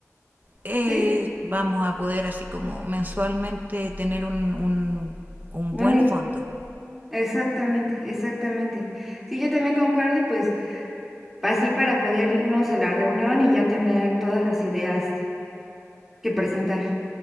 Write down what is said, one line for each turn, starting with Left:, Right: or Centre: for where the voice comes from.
Right: eh,
Centre: Sí,
Right: vamos a poder así como mensualmente tener un, un, un
Centre: Boni-
Right: buen fondo.
Centre: exactamente, exactamente. Sí, yo también concuerdo y pues Así para poder irnos a la reunión y ya tener todas las ideas que presentar.